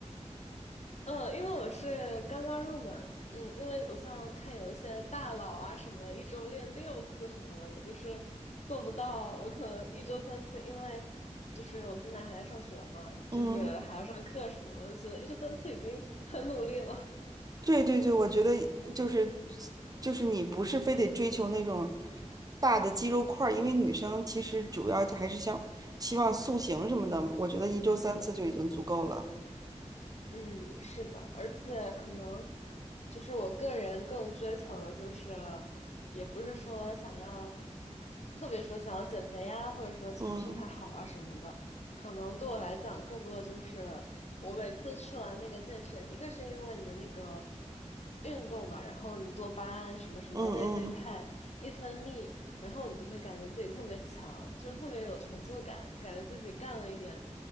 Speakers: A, on the left; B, on the right.
A: 嗯，因为我是刚刚入门，嗯，因为我像看有一些大佬啊什么，一周练六次什么的，我就是做不到，我可能一周三次，因为就是我现在还在上学嘛，
B: 嗯。
A: 就是还要上课什么的，我就觉得一周三次已经很努力了。
B: 对对对，我觉得就是就是你不是非得追求那种大的肌肉块儿，因为女生其实主要还是想希望塑形什么的，我觉得一周三次就已经足够了。
A: 嗯。对，嗯，是的，而且可能就是我个人更追求的，就是也不是说想要，特别说想要减肥呀，或者说就是身材好啊什么的，
B: 嗯
A: 可能对我来讲，更多的就是我每次去完那个健身，一个是因为你的那个运动嘛，然后你多巴胺什么什么内啡肽一分泌，
B: 嗯嗯，
A: 然后你就会感觉自己特别强，就是特别有成就感，感觉自己干了一点